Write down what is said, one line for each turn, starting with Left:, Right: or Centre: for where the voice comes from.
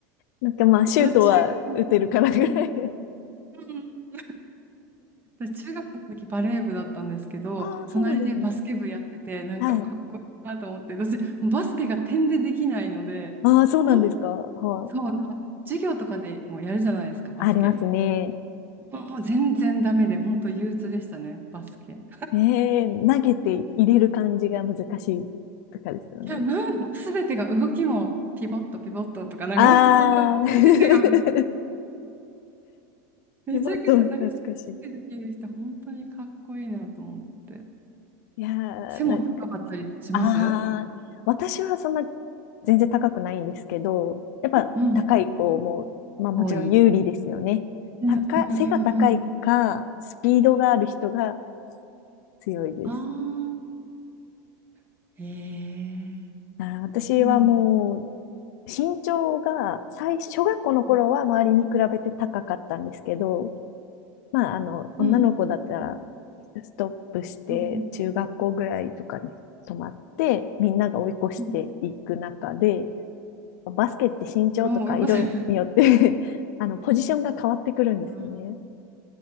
Left: なんかまあシュートは打てるからぐらい。
Right: 私、中学、うん、
Left: <laughs>
Right: うん私、中学の時バレー部だったんですけど、
Left: ああ、そうなんですね。
Right: 隣でバスケ部やってて、なんかかっこいいなと思って、
Left: はい。
Right: 私、バスケが点でできないので、
Left: ああ、そうなんですか。
Right: 本当に、
Left: はい。
Right: そう、なんか授業とかでもうやるじゃないですか、バスケ。
Left: ありますね。
Right: もうもう全然ダメで、本当憂鬱でしたね、バスケ。
Left: えー、投げて入れる感じが難しいとかですよね。
Right: いや、なん、<laughs> すべてが動きも、ピボット、ピボットとか、なんか、
Left: ああ、
Right: いろいろ、
Left: <laughs>
Right: すべてがめちゃくちゃ、
Left: リモート
Right: なんかそのつけてきる人、
Left: <laughs>、懐かしい。
Right: 本当にかっこいいなと思って。
Left: いやー、
Right: 背も高かったりします
Left: なんか、ああ、私はそんな全然高くないんですけど、やっぱ高い子も、
Right: うん。
Left: まあもちろん有利ですよね。
Right: 多い。うんうんうんうん。
Left: 高い、背が高いか、スピードがある人が強いです。
Right: ああー。へえ。
Left: あー、私はもう、
Right: いいな。
Left: 身長が最、小学校の頃は周りに比べて高かったんですけど、
Right: うん
Left: まあ、あの、
Right: うん
Left: 女の子だったら、ストップして、
Right: うん
Left: 中学校ぐらいとかに泊まって、みんなが追い越していく中で、
Right: うん。
Left: バスケって身長とか色によって
Right: おーよかったあー、追い越せる。
Left: <laughs> あの、ポジションが変わってくるんですよね。
Right: うん